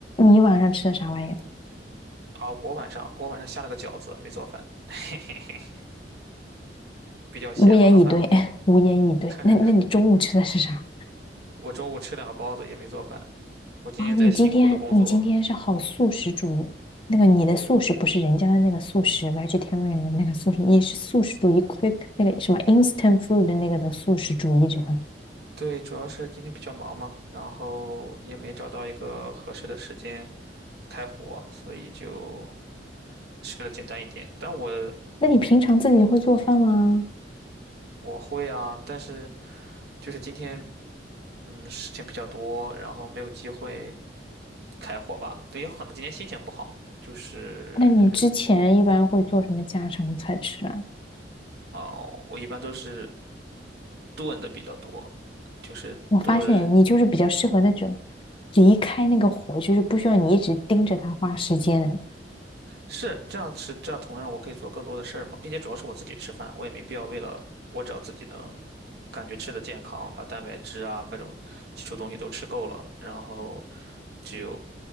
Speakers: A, on the left; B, on the right.
A: 你晚上吃的啥玩意儿？
B: 啊，我晚上我晚上下了个饺子，没做饭，<laughs> 嘿嘿嘿，比较嫌麻烦了。
A: 无言以对，<laughs> 无言以对。那那你中午吃的是啥？
B: <laughs> 我中午吃两个包子也没做饭，我今天在辛苦的工作。
A: 哇，你今天你今天是好素食主义，那个你的素食不是人家的那个素食
B: 对，我们。
A: vegetarian 的那个素食，你是素食主义 quick 那个什么 instant food 的那个的素食主义者。
B: 对，主要是今天比较忙嘛，然后也没找到一个合适的时间开火，所以就吃的简单一点。但我
A: 那你平常自己会做饭吗？
B: 我会啊，但是就是今天嗯事情比较多，然后没有机会开火吧。也有可能今天心情不好，就是
A: 那你之前一般会做什么家常菜吃啊？
B: 哦，我一般都是炖的比较多，就是炖
A: 我发现你就是比较适合那种离开那个火，就是不需要你一直盯着它花时间的。
B: 是这样是这样同样我可以做更多的事儿嘛，并且主要是我自己吃饭，我也没必要为了我只要自己能感觉吃的健康，把蛋白质啊各种基础东西都吃够了，然后就